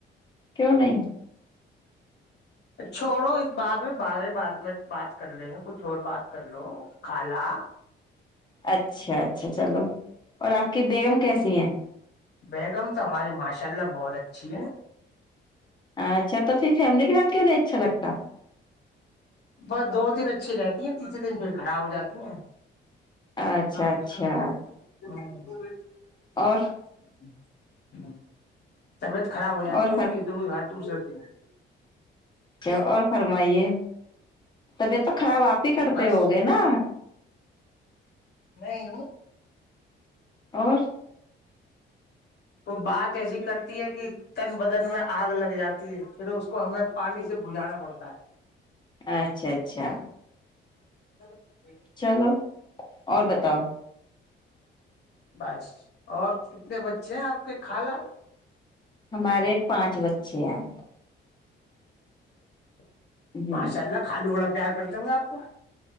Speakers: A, on the left; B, on the left.
A: کیوں نہیں
B: چھوڑو اس بار میں بارے بعد میں بات کر لیں گے کچھ اور بات کر لو کالا
A: اچھا اچھا چلو اور آپ کی بیگم کیسی ہے
B: بیگم تو ہماری ماشاء اللہ بہت اچھی ہے
A: اچھا تو پھر فیملی کے ساتھ کیوں نہیں اچھا لگتا
B: بس دو دن اچھی رہتی ہیں تیسرے دن پھر خراب ہو جاتی ہیں
A: اچھا
B: آ <unintelligible>
A: اچھا اور
B: ب ہ <unintelligible> طبیعت خراب ہو جاتی
A: اور
B: ہے ان کی تو وہ ہاتد اسرتی ہے
A: اچھ اور فرمائیے طبیعت تو خراب آپ ہی کرتے
B: بس
A: ہو گے نا
B: نہیں
A: اور
B: وہ بات ایسی کرتی ہے کہ تن بدن میں آگ لگ جاتی ہے پھر اس کو ہمیں پانی سے بجانا پڑتا ہے
A: اچھا اچھا
B: <inaudible>
A: چلو اور بتاؤ
B: بس اور کتنے بچے ہیں آپ کے خالہ
A: ہمارے پانچ بچے ہیں
B: <inaudible>
A: ہ
B: معاشاءلہ خالو بڑا کیا کرتے ہوں گے آپ کو